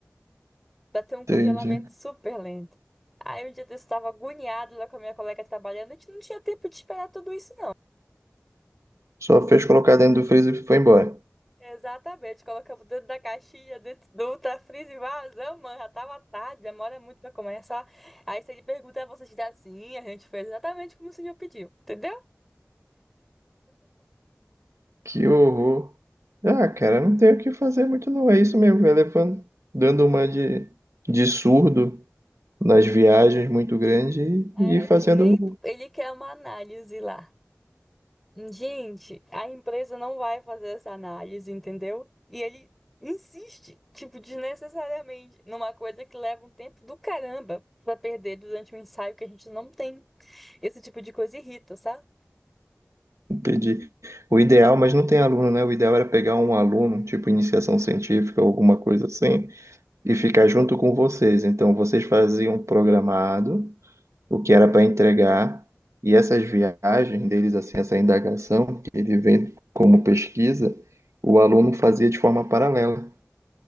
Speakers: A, in the centre; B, on the right.
A: pra ter um congelamento
B: Entendi.
A: super lento. Aí um dia eu estava agoniado lá com a minha colega trabalhando, a gente não tinha tempo de esperar tudo isso, não.
B: Só fez colocar dentro do freezer e foi embora.
A: Exatamente, colocamos dentro da caixinha, dentro do ultra-freezer e vazamos, mano, já tava tarde, demora muito pra começar. Aí se ele perguntar, você diz assim, a gente fez exatamente como o senhor pediu, entendeu?
B: Que horror. Ah, cara, não tem o que fazer muito não. É isso mesmo, vai levando, dando uma de, de surdo nas viagens muito grande
A: É
B: e, e fazendo
A: que nem ele quer uma análise lá. Gente, a empresa não vai fazer essa análise, entendeu? E ele insiste, tipo, desnecessariamente, numa coisa que leva um tempo do caramba pra perder durante um ensaio que a gente não tem. Esse tipo de coisa irrita, sabe?
B: pedir. O ideal, mas não tem aluno, né? O ideal era pegar um aluno, tipo iniciação científica, alguma coisa assim. e ficar junto com vocês. Então, vocês faziam programado o que era para entregar, e essas viagens deles, assim, essa indagação que ele vem como pesquisa, o aluno fazia de forma paralela.